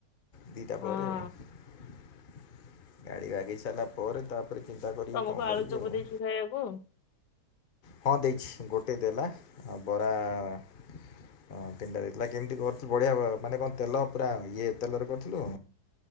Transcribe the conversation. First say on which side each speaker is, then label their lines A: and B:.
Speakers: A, on the left (about 35°); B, on the left (about 75°).
A: ଦିଇଟା
B: ହଁ।
A: ପରେ ଆଉ ଗାଡ଼ି ବାଗେଇ ସାରିଲା ପରେ ତା ଚିନ୍ତା କରିବିକଣ
B: ତମକୁ
A: କରିବି
B: ଆଳୁ ଚପ
A: ଆଉ।
B: ଦେଇଛି ଖାଇବାକୁ
A: ହଁ ଦେଇଛି ଗୋଟେ ଦେଲା ଆଉ ବରା। ହଁ ତିନଟା ଦେଇଥିଲା କେମିତି କରିଥିଲୁ ବଢିଆ ମାନେ କ ତେଲ ପୁରା ଇଏ ତେଲରେ କରିଥିଲୁ।